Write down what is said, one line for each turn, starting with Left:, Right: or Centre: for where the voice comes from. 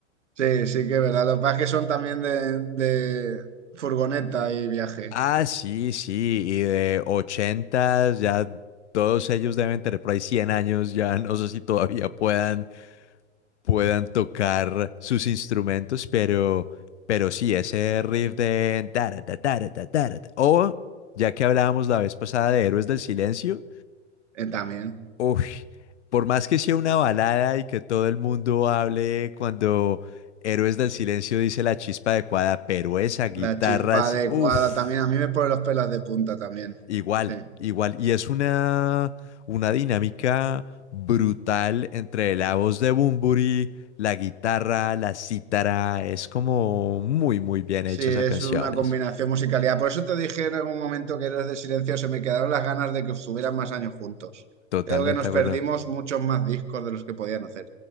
Right: Sí, sí que es verdad. Los que es que son también de, de furgoneta y viaje.
Left: Ah, sí, sí, y de ochentas. ya todos ellos deben tener por ahí cien años, ya no sé si todavía puedan, puedan tocar sus instrumentos, pero, pero sí, ese riff de... tarata, tarata, tarata. O, ya que hablábamos la vez pasada de Héroes del Silencio,
Right: Eh, también.
Left: Uy, por más que sea una balada y que todo el mundo hable cuando Héroes del Silencio dice la chispa adecuada, pero esa guitarra,
Right: La chispa
Left: sí-
Right: adecuada
Left: uff,
Right: también. A mí me pone los pelos de punta también.
Left: igual,
Right: Sí.
Left: igual. Y es una, una dinámica brutal entre la voz de Bunbury, la guitarra, la cítara. Es como muy, muy bien
Right: Sí,
Left: hecha
Right: es
Left: esas canciones.
Right: una combinación musicalidad. Por eso te dije en algún momento que eres de silencio, se me quedaron las ganas de que estuvieran más años juntos.
Left: Totalmente
Right: Creo que nos
Left: de acuerdo.
Right: perdimos muchos más discos de los que podían hacer.